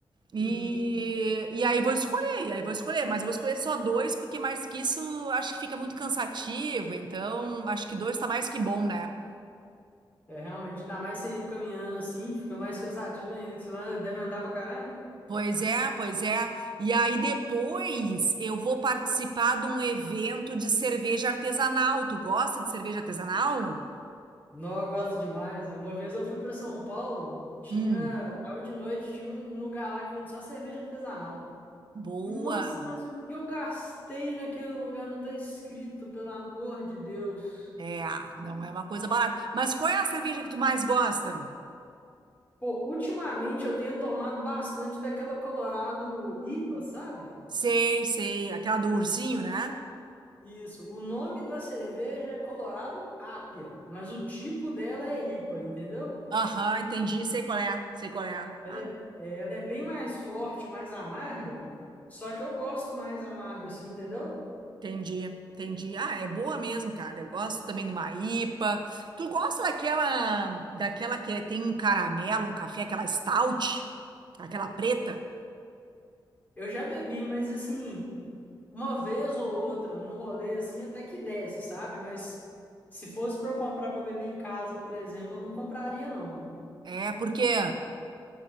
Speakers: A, on the right (about 60°); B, on the left (about 20°).
A: E,
B: Uhum.
A: e aí vou escolher, e aí vou escolher, mas eu vou escolher só dois, porque mais que isso acho que fica muito cansativo, então acho que dois tá mais que bom, né?
B: É, realmente, ainda mais você indo caminhando assim, fica mais cansativo ainda, que você vai- deve andar pra caralho, né?
A: Pois é, pois é. E aí depois eu vou participar de um evento de cerveja artesanal. Tu gosta de cerveja artesanal?
B: Não, eu gosto demais. Uma vez eu fui pra São Paulo, tinha.
A: Hum,
B: Tava de noite, tinha um um lugar lá que vende só cerveja artesanal.
A: boa.
B: Nossa, mas o que eu gastei naquele lugar não tá escrito, pelo amor de Deus.
A: É, não é uma coisa barata. Mas qual é a cerveja que tu mais gosta?
B: Pô, ultimamente eu tenho tomado bastante daquela Colorado IPA, sabe?
A: Sei, sei, aquela do ursinho, né?
B: Isso, o nome da cerveja é Colorado Apia, mas o tipo dela é IPA, entendeu?
A: Aham, entendi, sei qual é, sei qual é.
B: Ela
A: Ah,
B: é, é, ela é bem mais forte, mais amarga, só que eu gosto mais amargo assim, entendeu?
A: Entendi, entendi. Ah, é boa mesmo, cara. Eu gosto também de uma IPA. Tu gosta daquela, daquela que tem um caramelo, um café, aquela stout, aquela preta?
B: Eu já bebi, mas assim, Uma vez ou outra, num rolê assim, até que desce, sabe? Mas se fosse pra eu comprar pra eu beber em casa, por exemplo, eu não compraria, não.
A: É, por quê?